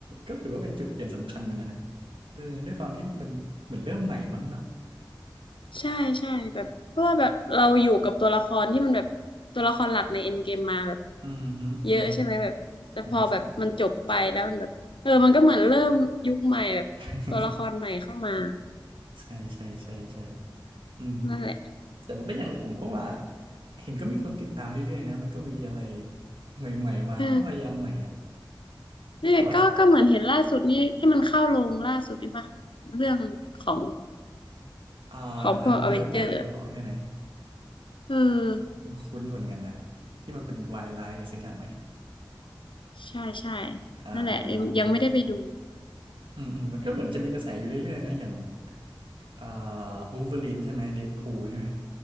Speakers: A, on the right (about 80°); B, on the left (about 80°).
A: ก็ถือว่าเป็นจุดเปลี่ยนสำคัญเหมือนกันนะเออด้วยความที่มันเหมือนเริ่มใหม่มั้งเนาะ
B: ใช่ ใช่แบบเพราะว่าแบบเราอยู่กับตัวละครที่มันแบบตัวละครหลักในเอ็นเกมมาแบบ
A: อืมฮึอืมฮึ
B: เยอะใช่ไหมแบบแต่พอแบบมันจบไปแล้วมันแบบเออมันก็เหมือนเริ่มยุคใหม่แบบตัวละครใหม่เข้ามา
A: ใช่ใช่ <laughs> ใช่ใช่ใช่ใช่อืมฮึ
B: นั่นแหละ
A: แต่มันก็ยังผมก็ว่าเห็นก็มีคนติดตามเรื่อยๆนะมันก็มีอะไรใหม่ๆมามันก็พยายามใหม่อ่ะ
B: เออเนี่ยก็ก็เหมือนเห็นล่าสุดนี่ที่มันเข้าลงล่าสุดนี่ปะ
A: แต่ว่า
B: เรื่องของ
A: อ่า
B: ของพวกอเวนเจอร์
A: Thunderbolt เหรอใช่ไหม
B: เออ
A: คุ้นเหมือนกันนะที่มันเป็นวายร้ายอะไรสักอย่างไหม
B: ใช่ใช่
A: อ่า
B: นั่นแหละยังยังไม่ได้ไปดู
A: อืมอืมมันก็เหมือนจะมีกระแสอยู่เรื่อยๆนะอย่างอ่าวูล์ฟเวอรีนใช่ไหมเดดพูลใช่ไหม